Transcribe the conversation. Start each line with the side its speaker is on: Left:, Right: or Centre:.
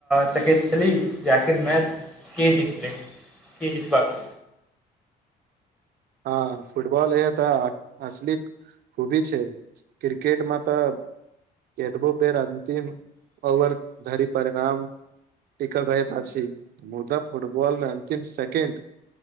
Centre: सकैत छली जे आखिर मैच के जीतले के जीतबाक
Right: हँ फुटबॉल एहे तऽ असली खुबी छै क्रिकेटमे तऽ केतबो बेर अन्तिम ओवर धरि परिणाम टिकल रहैत अछि मुदा फुटबॉल मे अंतिम सेकेंड